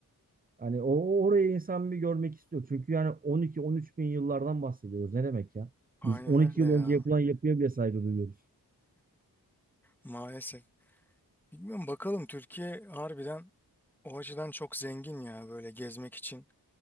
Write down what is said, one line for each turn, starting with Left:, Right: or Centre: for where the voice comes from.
Right: Hani o, o orayı insan bir görmek istiyor. Çünkü yani 12-13 bin yıllardan bahsediyoruz. Ne demek ya?
Centre: Aynen
Right: Biz 12
Centre: öyle
Right: yıl
Centre: ya.
Right: önce yapılan yapıya bile saygı duyuyoruz.
Centre: Maalesef. Bilmiyorum bakalım Türkiye harbiden o açıdan çok zengin ya böyle gezmek için